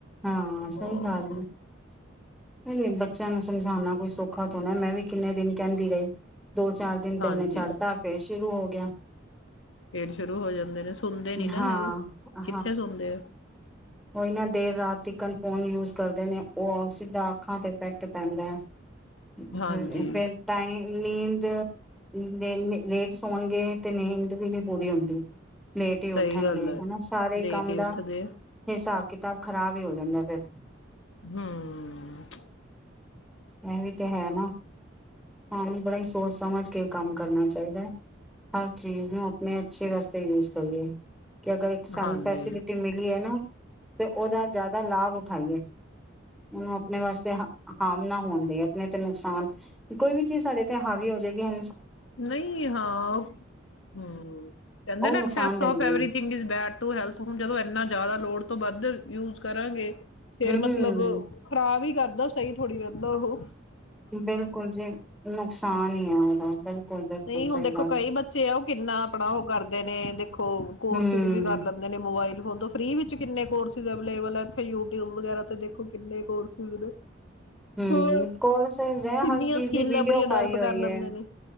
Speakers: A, in the centre; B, on the left.
A: ਹਾਂ ਸਹੀ
B: ਹਾਂ
A: ਗੱਲ ਏ। ਨਹੀਂ ਨਹੀਂ ਬੱਚਿਆਂ ਨੂੰ ਸਮਝਾਉਣਾ ਕੋਈ ਸੌਖਾ ਥੋ ਨਾ। ਮੈਂ ਵੀ ਕਿੰਨੇ ਦਿਨ ਕਹਿੰਦੀ ਰਹੀ ਦੋ ਚਾਰ ਦਿਨ ਤੇ
B: ਹਾਂਜੀ
A: ਉਹਨੇ ਛੜ੍ਹਤਾ, ਫੇਰ ਸ਼ੁਰੂ ਹੋ ਗਿ ਕਿਆ
B: ਫੇਰ ਸ਼ੁਰੂ ਹੋ ਜਾਂਦੇ ਨੇ। ਸੁਣਦੇ ਨੀ ਨਾ
A: ਹਾਂ
B: ਹੈਗੇ, ਕਿੱਥੇ ਸੁਣਦੇ ਆ।
A: ਓ ਈ ਨਾ ਦੇਰ ਰਾਤ ਤੀਕਨ, ਫੋਨ ਯੂਜ਼ ਕਰਦੇ ਨੇ। ਓ ਹੁਨ ਸਿੱਧਾ ਅੱਖਾਂ ਤੇ ਇੰਮਪੈਕਟ ਪੈਂਦਾ ਐ। ਅ-ਅ-ਹ-ਹਮ
B: ਹਾਂਜੀ
A: ਫੇਰ ਟਾਈਂ ਨੀਂਦ ਦੇ-ਨੇ-ਲੇਟ ਸੌਣਗੇ ਤੇ ਨੀਂਦ ਵੀ ਨੀ ਪੂਰੀ ਹੁੰਦੀ। ਲੇਟ ਈ ਉੱਠਣਗੇ।
B: ਸਹੀ ਗੱਲ ਹੈ
A: ਹਨਾ, ਸਾਰੇ
B: ਲੇਟ
A: ਕੰਮ
B: ਹੀ
A: ਦਾ
B: ਉੱਠਦੇ ਆ
A: ਹਿਸਾਬ ਕਿਤਾਬ ਖ਼ਰਾਬ ਈ ਹੋ ਜਾਂਦਾ ਫੇਰ।
B: ਹਮ।
A: ਐਹ ਵੀ ਤੇ ਹੈ ਨਾ। ਸਾਨੂੰ ਬੜਾ ਈ ਸੋਚ ਸਮਝ ਕੇ ਕੰਮ ਕਰਨਾ ਚਾਹੀਦਾ ਐ। ਹਰ ਚੀਜ਼ ਨੂੰ ਆਪਣੇ ਅੱਛੇ ਵਾਸਤੇ ਯੂਜ਼ ਕਰੀਏ। ਕਿ ਅਗਰ ਇੱਕ ਸਾਨੂੰ
B: ਹਾਂਜੀ,
A: ਫੈਸਿਲਿਟੀ ਮਿਲ ਤੇ ਨਾ, ਤੇ ਓਹਦਾ ਜ਼ਿਆਦਾ ਲਾਭ ਉਠਾਈਏ। ਉਹਨੂੰ ਆਪਣੇ ਵਾਸਤੇ ਹ-ਅ-ਹਾਮ ਨਾ ਹੋਣ ਦੇਈਏ, ਆਪਣੇ ਤੇ ਨੁਕਸਾਨ, ਕੋਈ ਵੀ ਚੀਜ਼ ਸਾਡੇ ਤੇ ਹਾਵੀ ਹੋ ਜੇਗੀ ਅ
B: ਨਹੀਂ ਹਾਂ, ਹਮ। ਕਹਿੰਦੇ
A: ਉਹ
B: ਨਾ
A: ਨੁਕਸਾਨ
B: ਐਕਸੈਸ
A: ਦਿੰਦੀ
B: ਓਫ ਏਵਰੀਥਿੰਗ
A: ਹੈ
B: ਬੈਡ ਟੂ ਹੈਲਥ। ਹੁਣ ਜਦੋਂ ਇਨਾ ਜ਼ਿਆਦਾ ਲੋੜ ਤੋਂ ਵੱਧ ਯੂਜ਼ ਕਰਾਂਗੇ ਫੇਰ
A: ਹਮ
B: ਮਤਲਬ ਖ਼ਰਾਬ ਹੀ ਕਰ ਦਾ ਸਹੀ ਥੋੜ੍ਹੀ ਰਹਿੰਦਾ ਓਹੋ
A: ਬਿਲਕੁਲ ਜੀ। ਨੁਕਸਾਨ ਈ ਆ ਓਦਾ, ਬਿਲਕੁਲ। ਬਿਲਕੁਲ
B: ਨਹੀਂ, ਹੁਣ
A: ਸਹੀ
B: ਦੇਖੋ
A: ਗੱਲ
B: ਕਈ ਬੱਚੇ ਆ ਓਹ ਕਿੰਨਾ ਆਪਣਾ ਓਹ ਕਰਦੇ ਨੇ, ਦੇਖੋ ਕੋ-ਕੋਰਸਿਸ
A: ਹਮ
B: ਵੀ ਕਰ ਲੈਂਦੇ ਨੇ, ਮੋਬਾਇਲ ਵ ਫੋਨ ਤੋਂ। ਫਰੀ ਵਿਚ ਕਿੰਨੇ ਕੋਰਸਿਸ ਅਬੇਲੇਬਲ ਐ ਯੂਟਊਬ ਵਗੈਰਾ ਤੇ ਦੇਖੋ, ਕਿੰਨੇ ਕੋਰਸਿਸ ਨੇ।
A: ਹਮ,
B: ਹੋਰ
A: ਕੋਰਸਿਸ ਐ,
B: ਕਿੰਨੀਆਂ
A: ਹਰ ਚੀਜ਼
B: ਸਕਿੱਲ
A: ਦੀ ਵੀਡੀਓ
B: ਆਪਣੀਆਂ ਡਿਵੈਲਪ
A: ਪਾਈ ਹੋਈ
B: ਕਰ ਲੈਂਦੇ
A: ਐ।
B: ਨੇ।